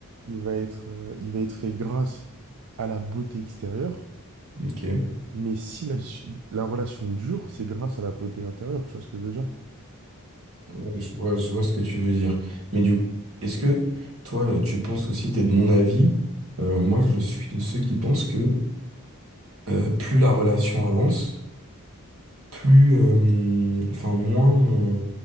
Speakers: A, on the right (about 80°); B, on the right (about 65°).
A: il va être, euh, il va être fait grâce à la beauté extérieure.
B: Ok,
A: Mais si la, la relation dure, c'est grâce à la beauté intérieure, tu vois ce que je veux dire?
B: ouais, je vois, je vois ce que tu veux dire. Mais du coup, est-ce que toi, tu penses aussi, t'es de mon avis, euh, moi je suis de ceux qui pensent que euh, plus la relation avance, plus, euh, enfin, moins on,